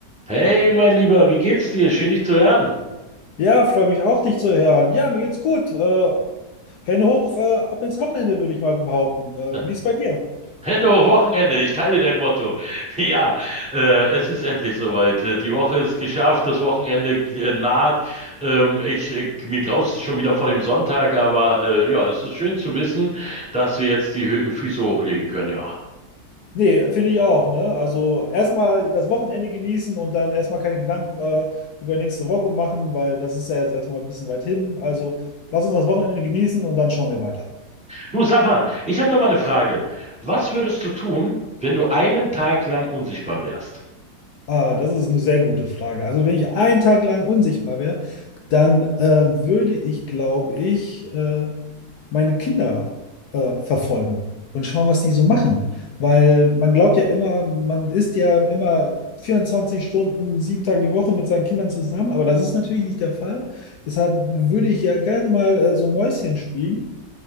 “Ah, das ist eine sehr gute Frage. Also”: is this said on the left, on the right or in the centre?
Left